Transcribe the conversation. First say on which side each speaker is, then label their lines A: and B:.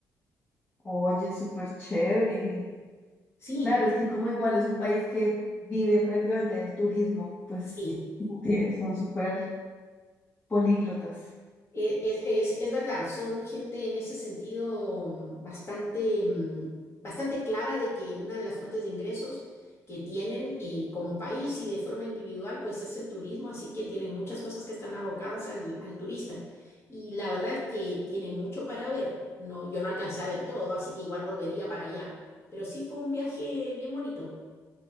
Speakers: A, on the left (about 20°); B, on the left (about 40°).
A: Oye, súper chévere.
B: Sí.
A: Claro, es que como igual es un país que vive prácticamente del turismo, pues
B: Sí,
A: tie- son súper políglotas.
B: Eh, Es, es- es verdad, son gente en ese sentido mm, bastante, mm, bastante clara de que una de las fuentes de ingresos que tienen eh, como país y de forma individual, pues es el turismo, así que tienen muchas cosas que están abocadas al, al turista. Y la verdad es que tiene mucho para ver. No, yo no alcancé a ver todo, así que igual volvería para allá. Pero sí fue un viaje bien bonito.